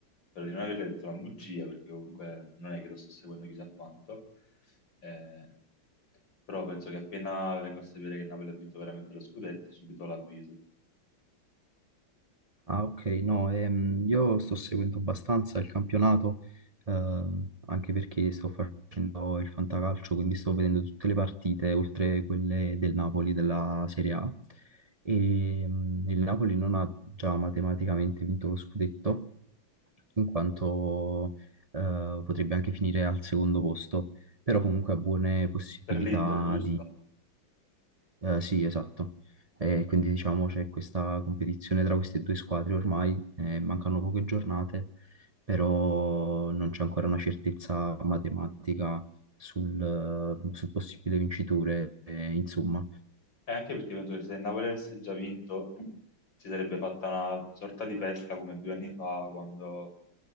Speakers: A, on the left; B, on the right.
A: Spero di non aver detto una bugia, perché comunque non è che lo sto seguendo chissà quanto. Eh, però penso che appena vengo a sapere che il Napoli ha vinto veramente lo scudetto, subito l'avviso.
B: Ah, ok, no, ehm, io sto seguendo abbastanza il campionato, ehm, anche perché sto facendo il fantacalcio, quindi sto vedendo tutte le partite, oltre quelle del Napoli, della Serie A. E, mm, il Napoli non ha già matematicamente vinto lo scudetto, in quanto, eh, potrebbe anche finire al secondo posto, però comunque ha buone possibilità
A: Per l'Inter, giusto?
B: eh, sì, esatto. Eh, quindi diciamo c'è questa competizione tra queste due squadre ormai, eh, mancano poche giornate, però non c'è ancora una certezza matematica sul, eh, sul possibile vincitore. eh, insomma,
A: E anche perché penso che se il Napoli avesse già vinto, si sarebbe fatta una sorta di festa come due anni fa, quando